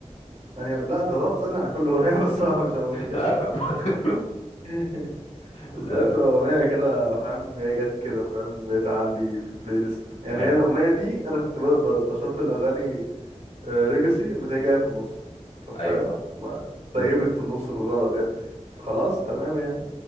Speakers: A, on the right; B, on the left.
A: يعني لا أنت هتقعد تسألني على كل أغنية <laughs> بس أنا مش هبقى فاكرها
B: افهم <laughs>
A: <laughs> اصل
B: لا
A: هي بتبقى اغنيه كده فاهم هي جت كده فاهم لقيتها عندي في البلاي ليست يعني
B: آه.
A: هي الاغنيه دي انا كنت ب- ب- بشفل اغاني ليجاسي ما هي جايه في النص ف- فاهم
B: ايوه فاهم
A: ما طيبت
B: مم.
A: في النص بالغلط يعني فخلاص تمام يعني